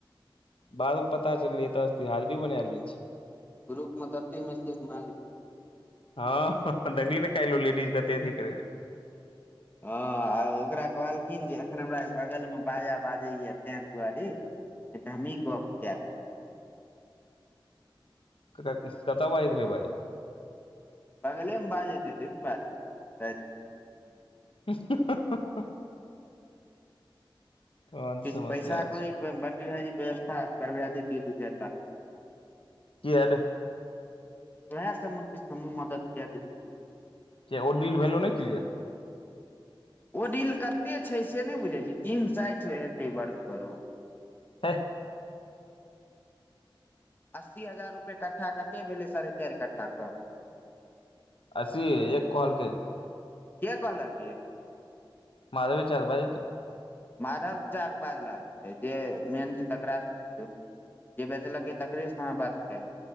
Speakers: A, on the left; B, on the left.
A: बाद मे पता चललै एतऽ हाजरी बनाले छै।
B: ग्रुप मे ततेक मैसेज मार। ज
A: हँ दी नहि खल लेडीजकेते कर रह
B: हँ आ ओकरा कहलखिन जे एखन हमरा बगलमे बाजा बाजैया तेहि दुआरे तऽ हमी गप कय ली
A: कते बाजैत रहे बाजा
B: बगलेमे बाजैत बाजति कहनाै सा
A: <unintelligible> तहन तऽ
B: किछु
A: समस्या
B: पैसा कोरी
A: छै
B: बनटी भाईजी व्यवस्था करबे दतिया दू चारि लाख
A: किआ रे
B: ओएह सबमे किछु हमू मदद के दतिये
A: कि ओ डिल बैल्यू नय कि
B: ओ डील कते छै से नय बुझै छैतीन साठि हतै बढ़ से बढ़ ऊ
A: हें
B: अस्सी हजार रुपए कट्ठा कते भेलै साढ़े चारि कट्ठाे क
A: असी एक कहल के
B: के कहल ये
A: <unintelligible> विचार बाजीत
B: माधव चाक के बाजला से जे मेन छै तकास से पुछू जे बेचलके तकरे से अहाँ बात क ली